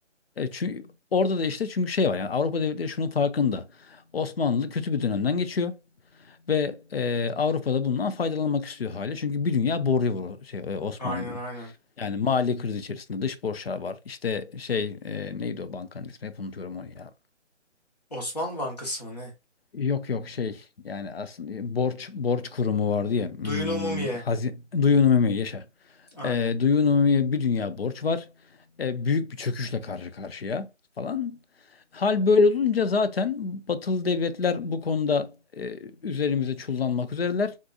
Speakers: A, on the left; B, on the left.
A: çünkü orada da işte çünkü şey var yani Avrupa devletleri şunun farkında. Osmanlı kötü bir dönemden geçiyor ve e, Avrupa'da bundan faydalanmak istiyor hali. Çünkü bir dünya borcu var o- şey, e, Osmanlı'nın.
B: Aynen aynen.
A: Yani mali kriz içerisinde dış borçlar var. İşte şey e, neydi o bankanın ismi? Hep unutuyorum onu ya.
B: Osmanlı Bankası mı ne?
A: Yok yok şey yani aslında e, borç borç kurumu vardı ya hmm,
B: Duyun Umumiye.
A: hazin duyunumumiye yaşa.
B: Aynen.
A: E, duyunumumiye bir dünya borç var. E, büyük bir çöküşle karşı karşıya falan. Hal böyle olunca zaten batılı devletler bu konuda e, üzerimize çullanmak üzereler.